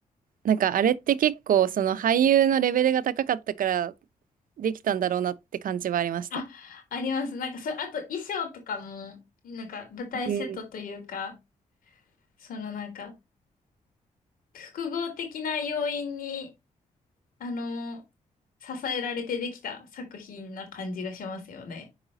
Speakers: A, on the right; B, on the left.
A: なんかあれって結構その俳優のレベルが高かったからできたんだろうなって感じはありました。
B: あ、あります。なんか、そ、あと衣装とかも、なんか舞台セットというか、
A: うん
B: そのなんか、複合的な要因に、あの、支えられてできた作品な感じがしますよね。